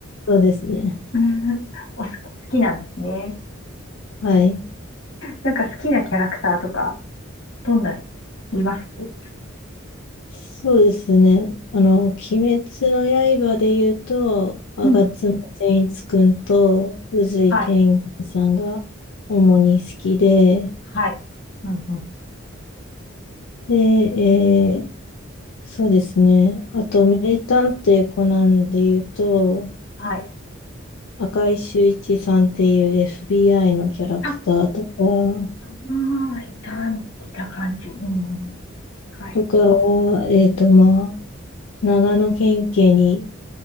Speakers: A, on the left (about 75°); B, on the left (about 55°).
A: そうですね。
B: うんお好き、好きなんですね。
A: はい。
B: なんか好きなキャラクターとかどんな、います
A: そうですね。あの、鬼滅の刃で言うと、吾妻善逸くんと宇髄天元さんが主に好きで、
B: うんうんはい。はい。うんうん
A: で、えーそうですね。あと、名探偵コナンで言うと、
B: はい。
A: 赤井秀一さんっていう FBI のキャラクターとか、
B: あ、ああいた、いた感じ。うんうん。はい。
A: とかは、えっと、まあ、長野県警に